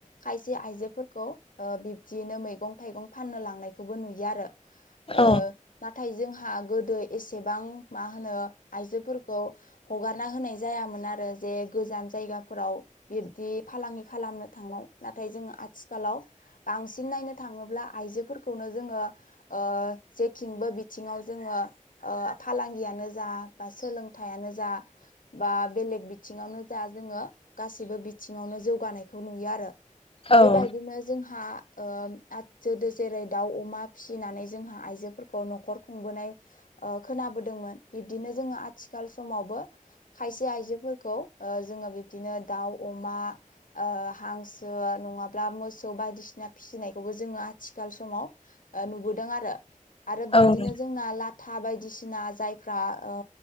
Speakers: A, on the left; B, on the left.
A: खायसे आइजोफोरखौ बिब्दियैनो मैगं थाइगं फाननो लांनायखौबो नुयो आरो। ओ
B: औ
A: नाथाय जोंहा गोदो एसेबां मा होनो आइजोफोरखौ हगारना होनाय जायामोन आरो जे गोजान जायगाफोराव बिब्दि फालांगि खालामनो थांनाय नाथाय जों आथिखालाव बांसिन नायनो थाङोब्ला आइजोफोर नो जोङो ओ जेथिंबो बिथिङाव जोङो ओ फालांगियानो जा बा सोलोंथायानो जा बा बेलेग बिथिङावनो जा जोङो गासैबो बिथिङावनो जौगानायखौ नुयो आरो।
B: औ
A: बेबायदिनो जोंहा ओ <unintelligible> जेरै दाउ अमा फिसिनानै जोंहा आइजोफोरखौ न'खर खुंबोनाय ओ खोनाबोदोंमोन बिब्दिनो जोङो आथिखाल समावबो खायसे आइजोफोरखौ ओ जोङो बिबदिनो दाउ अमा ओ हांसो नङाब्ला मोसौ बायदिसि सिना फिसिनायखौबो जोङो आथिखाल समाव नुबोदों आरो आरो
B: औ
A: बिब्दिनो जोंना लाथा बायदिसिना जायफ्रा ओ